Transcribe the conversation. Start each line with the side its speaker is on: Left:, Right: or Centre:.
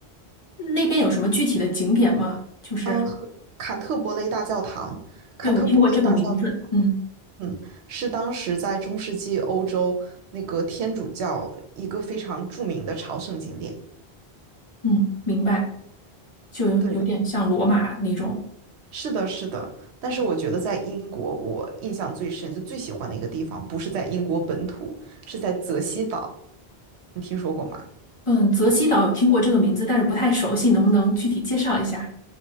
Left: 那边有什么具体的景点吗？就是
Right: 嗯，坎特伯雷大教堂，坎特伯雷大教堂，
Left: 对我听过这个名字，嗯
Right: 嗯，是当时在中世纪欧洲那个天主教一个非常著名的朝圣景点。
Left: 嗯，明白，就有点像罗马那种。
Right: 对的，是的，是的。但是我觉得在英国，我印象最深，就最喜欢的一个地方，不是在英国本土，是在泽西岛。你听说过吗？
Left: 嗯，泽西岛有听过这个名字，但是不太熟悉，能不能具体介绍一下？